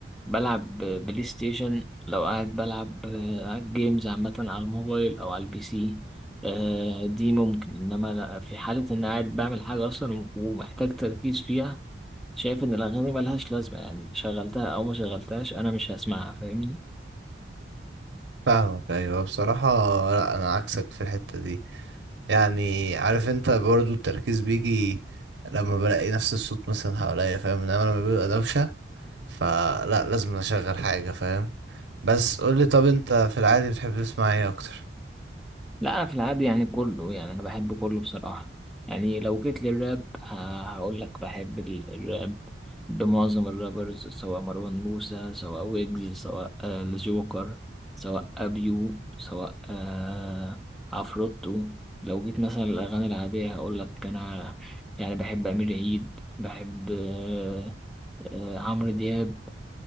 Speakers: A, in the centre; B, on the right (about 75°).
A: بلعب بلاي ستيشن لو قاعد بلعب آه، جيمز عامه على الموبايل او على البي سي آه، دي ممكن انما لا- في حاله ان قاعد بعمل حاجه اصلا ومحتاج تركيز فيها شايف ان الاغاني ملهاش لازمه يعني شغلتها او ما شغلتهاش انا مش هسمعها فاهمني
B: فاهمك ايوه بصراحة لا انا عكسك في الحتة دي يعني عارف انت برضو التركيز بيجي لما بلاقي نفس الصوت مثلا حواليا فاهم انما لما بيبقى دوشة فلا لازم اشغل حاجة فاهم بس قولي طب انت في العادي بتحب تسمع ايه اكتر
A: لا انا في العادي يعني كله يعني انا بحب كله بصراحه يعني لو جيت للراب ه- هقول لك بحب ال- الراب بمعظم الرابرز سواء مروان موسى سواء ويجز سواء آه، الجوكر سواء ابيو سواء آه، عفروتو لو جيت مثلا الاغاني العاديه هقول لك انا يعني بحب امير عيد بحب آه، آه، عمرو دياب